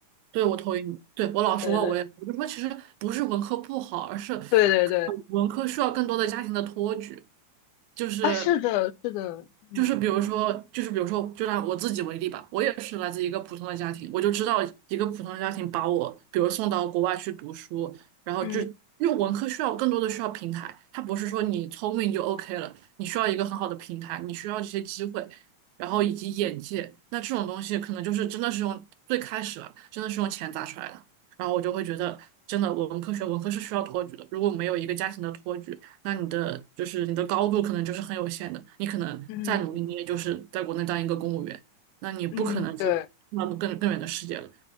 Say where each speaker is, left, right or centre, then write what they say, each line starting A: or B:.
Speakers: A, on the right; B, on the left.
A: 对，我同意你。对我老师问我也，
B: 对对。
A: 我就说其实不是文科不好，而是
B: 对对对，
A: 文科需要更多的家庭的托举。就是
B: 啊，是的，是的，嗯
A: 就是比如说，就是比如说，就拿我自己为例吧，我也是来自一个普通的家庭，我就知道一个普通的家庭把我，比如送到国外去读书，然后就因为文科需要更多的需要平台，
B: 嗯
A: 它不是说你聪明就 OK 了，你需要一个很好的平台，你需要这些机会，然后以及眼界，那这种东西可能就是真的是用最开始啊，真的是用钱砸出来的，然后我就会觉得真的文科学文科是需要托举的，如果没有一个家庭的托举。那你的就是你的高度可能就是很有限的，你可能再努力，
B: 嗯
A: 你也就是在国内当一个公务员，那你不可能去那么更更远的世界了。
B: 嗯，对，